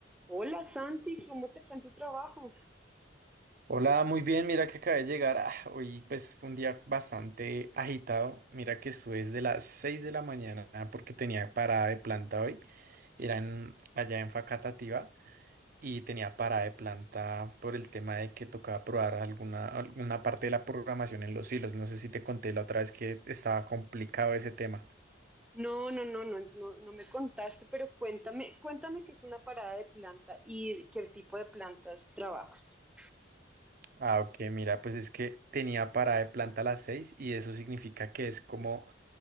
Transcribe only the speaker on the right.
Hola, muy bien, mira que acabé de llegar. Ah, hoy pues fue un día bastante agitado. Mira que estuve desde las 6 de la mañana porque tenía parada de planta hoy. Era en- allá en Facatativá y tenía parada de planta por el tema de que tocaba probar alguna, alguna parte de la programación en los hilos. No sé si te conté la otra vez que estaba complicado ese tema.
Ah, ok, mira, pues es que tenía parada de planta a las seis y eso significa que es como